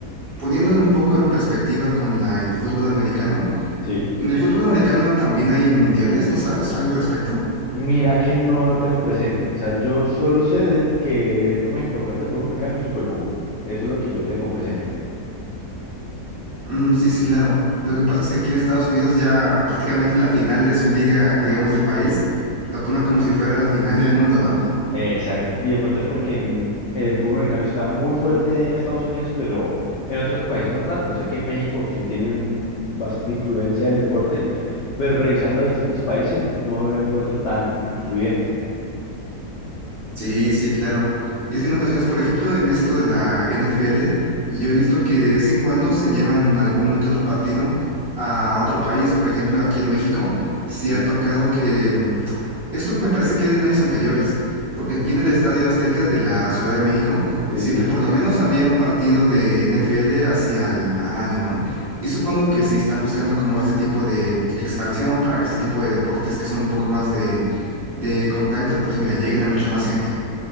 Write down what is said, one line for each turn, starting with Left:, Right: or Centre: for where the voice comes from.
Right: poniéndole un poco en perspectiva con la, el fútbol americano,
Left: Sí.
Right: en el Sí. fútbol americano también hay mundiales, ¿no sabes algo al respecto?
Left: Mira que no lo tengo presente. O sea, yo solo sé de que el evento más importante del fútbol americano es el Super Bowl. Eso es lo que yo tengo presente.
Right: Mm, sí, sí, claro. Lo que pasa es que aquí en Estados Unidos ya prácticamente la final de su liga, digamos, del país, lo toman como si fuera la final del mundo, ¿no?
Left: Eh, exacto. Y de pronto es porque en- el fútbol americano está muy fuerte en Estados Unidos, pero en otros países no tanto. Sé que en México sí tienen un- un bastante influencia del deporte, pero revisando a distintos países no lo encuentro tan influyente.
Right: Sí, sí, claro. Y es que en ocasiones, por ejemplo, en esto de la NFL, yo he visto que de vez en cuando se llevan alguno que otro partido
Left: Mm.
Right: a otro país. Por ejemplo, aquí en México, sí
Left: Sí,
Right: ha tocado que... mm, Esto me parece que era en años anteriores, porque aquí en el Estadio Azteca de la Ciudad de México,
Left: sí,
Right: siempre
Left: sí.
Right: por lo menos había un partido de NFL así al, al año, ¿no? Y supongo que sí están buscando como este tipo de expansión para que ese tipo de deportes que son un poco más de, de contacto, pues mira, lleguen a mucho más gente.